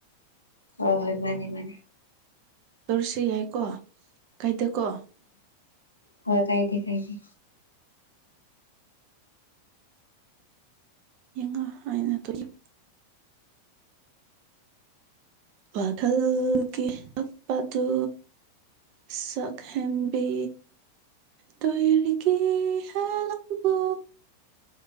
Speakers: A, on the left; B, on the right.
A: ꯍ ꯍꯣꯏ ꯃꯥꯅꯦ ꯃꯥꯅꯦ
B: ꯇꯧꯔꯁꯤ ꯌꯥꯏꯀꯣ ꯀꯥꯏꯗꯀꯣ
A: ꯍ ꯀꯥꯏꯗꯤ ꯀꯥꯏꯗꯤ
B: ꯌꯦꯡꯉ ꯑꯏꯅ ꯇꯂ ꯋꯥꯈꯜꯒꯤ ꯇꯛꯄꯗꯨ ꯁꯛ ꯍꯦꯝꯕꯤ ꯇ ꯍ ꯀ ꯍꯥ ꯂꯕ